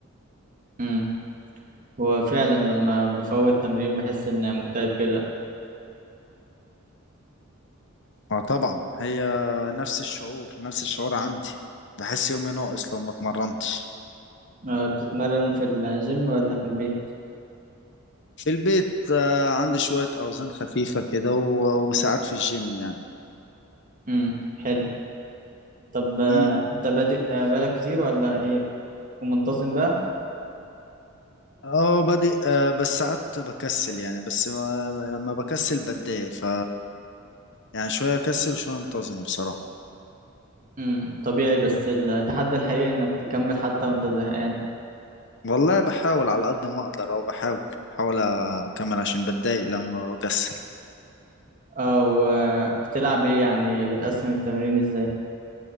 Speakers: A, on the right; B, on the left.
A: امم هو فعلا لما بفوت تمرين بحس ان مكتئب كده
B: اه طبعا هي نفس الشعور نفس الشعور عندي بحس يومي ناقص لو ما اتمرنتش
A: آه بتتمرن في الجيم ولا في البيت
B: في البيت آه، عندي شوية أوزان خفيفة كده و- وساعات في الجيم يعني
A: امم حلو طب آه
B: مم.
A: انت بادئ آه بقالك كتير ولا ايه ومنتظم بقى
B: اه بادئ آه، بس ساعات بكسل يعني بس آه، لما بكسل بتضايق ف يعني شوية أكسل وشوية أنتظم بصراحة
A: امم طبيعي بس التحدي الحقيقي انك تكمل حتى وانت زهقان
B: والله بحاول على قد ما أقدر أو بحاول بحاول أكمل عشان بتضايق لما بكسل
A: او آه، بتلعب ايه يعني بتقسم التمرين ازاي